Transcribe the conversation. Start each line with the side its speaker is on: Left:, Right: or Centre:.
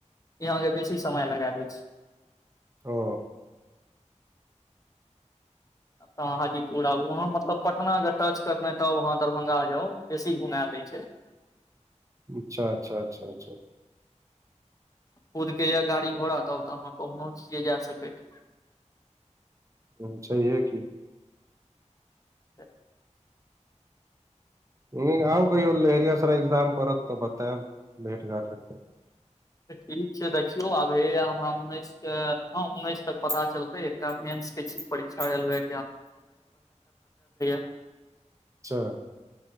Left: इ यहाँं के बेसी समय लगा दैछ
Right: ओ
Left: तह हाजीपुर आउ उहाँ मतलब पटना के टच करने त उ अहाँ दरभंगा जाउ बेसी घुमा देय छै
Right: अच्छा अच्छा अच्छा अचा
Left: खुदके यै गाड़ी घोड़ा तब तऽ अहाँ कहनो छियै जा सकैत
Right: हूंम्म छैहे की
Left: <inaudible>
Right: नी आउ कहियो लहेरियासराय एग्जाम पड़त तऽ बतेब भेट घांट हेतै
Left: ठीक छै देखियौ आबे हे हमरा उन्नैसके हँ उन्नैस तक पता चलतै <unintelligible> मेंस के छी परीक्षा रेलवे <unintelligible>
Right: अच्छा